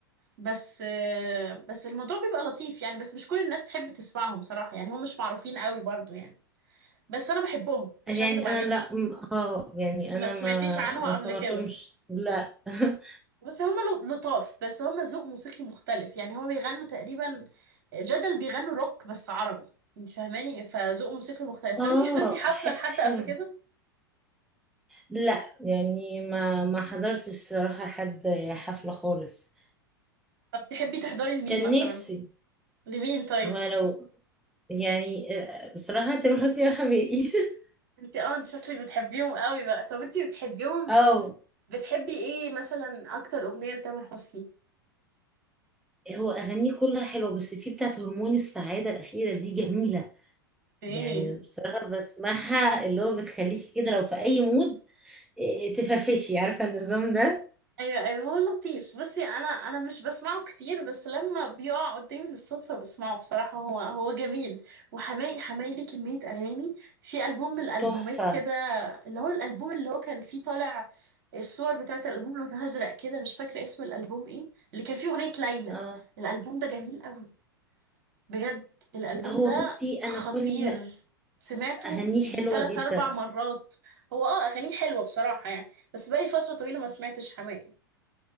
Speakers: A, on the right (about 50°); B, in the centre.
A: بس آه، بس الموضوع بيبقى لطيف يعني بس مش كل الناس تحب تسمعهم صراحة يعني هم مش معروفين قوي برضو يعني بس أنا بحبهم مش
B: يعني
A: هكدب عليك
B: أنا لا م- اه يعني
A: ما
B: أنا
A: سمعتيش
B: ما
A: عنهم
B: ما
A: قبل
B: سمعتهمش
A: كده
B: لا <laughs>
A: بس هما لو- لطاف بس هما ذوق موسيقي مختلف يعني هما بيغنوا تقريبا جدل بيغنوا روك بس عربي انت فاهماني فذوق موسيقي مختلف طب
B: اه
A: انت حضرتي حفلة
B: ح-
A: لحد
B: حلو
A: قبل كده
B: لا يعني ما ما حضرتش الصراحة حد حفلة خالص
A: طب تحبي تحضري لمين
B: كان
A: مثلا
B: نفسي
A: لمين طيب
B: هو لو يعني آه، بصراحة تامر حسني يا حبيبي <laughs>
A: انت اه انت شكلك بتحبيهم قوي بقى طب انت بتحبيهم
B: اه
A: بتحبي ايه مثلا اكتر اغنية لتامر حسني
B: هو أغانيه كلها حلوة بس في بتاعة هرمون السعادة الأخيرة دي جميلة
A: ايه
B: يعني بصراحة بسمعها اللي هو بتخليكي كده لو في أي مود إيه، تفرفشي عارفة النظام ده
A: ايوه ايوه هو لطيف بصي انا انا مش بسمعه كتير بس لما بيقع قدامي بالصدفه بسمعه بصراحه هو هو جميل وحماقي حماقي ليه كميه اغاني في البوم من الالبومات
B: تحفة
A: كده اللي هو الالبوم اللي هو كان فيه طالع الصور بتاعه الالبوم لونها ازرق كده مش فاكره اسم الالبوم ايه اللي كان فيه اغنيه ليلى
B: اه
A: الالبوم ده جميل قوي بجد الالبوم
B: لا هو
A: ده
B: بصي
A: خطير
B: أنا كل
A: سمعته
B: أغانيه
A: يجي
B: حلوة
A: تلات
B: جدا
A: أربع مرات هو اه أغانيه حلوة بصراحة يعني بس بقالي فترة طويلة ما سمعتش حماقي